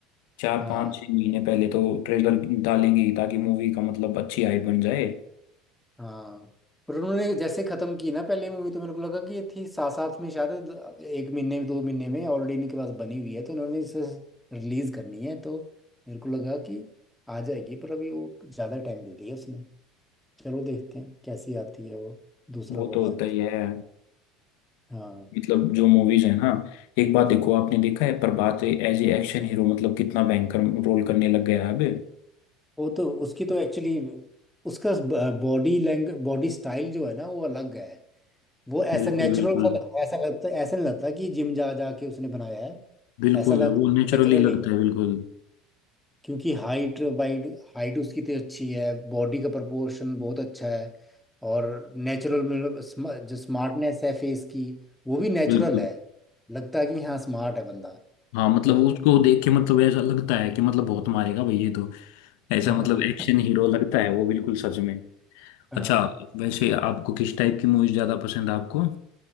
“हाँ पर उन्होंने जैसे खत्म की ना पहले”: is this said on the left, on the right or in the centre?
Centre